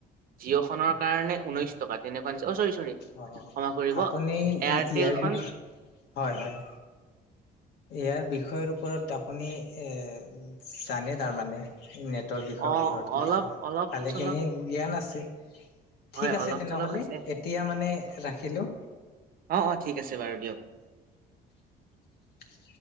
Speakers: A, on the right; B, on the left.
A: জিঅ'খনৰ কাৰণে ঊনৈশ টকা তেনেকুৱা নিচিনা অ চৰি চৰি।
B: অ
A: কৰিব
B: আপুনি ইয়াৰ
A: এয়াৰটেলখন
B: বিষয়ে হয় হয়। ইয়াৰ বিষয়ৰ ওপৰত আপুনি এ জানে তাৰমানে ন? ৰ বিষয়ৰওৰত
A: অ'
B: কিবা
A: অলপ অলপ
B: ভালেখিনি
A: চলপ
B: জ্ঞান আছে।
A: হয়
B: ঠিক আছে,
A: অলপ
B: তেনেহ'লে
A: চলপ আছে
B: এতিয়া মানে ৰাখিলোঁ।
A: অঁ অঁ ঠিক আছে, বাৰু দিয়ক।
B: <inaudible>